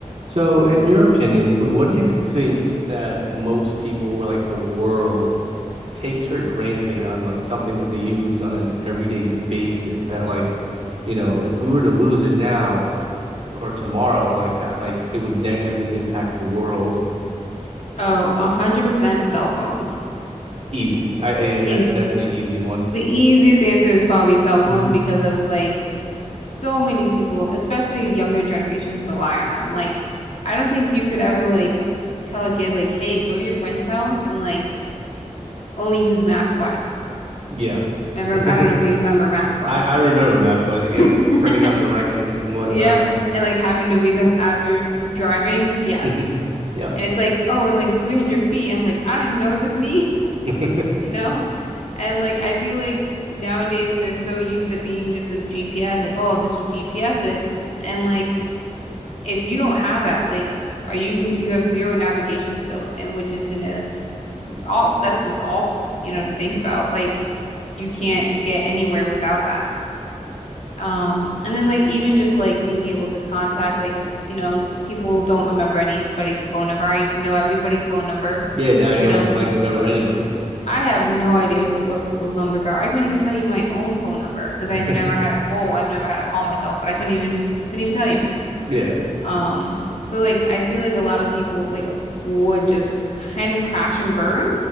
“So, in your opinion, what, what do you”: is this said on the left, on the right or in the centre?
Right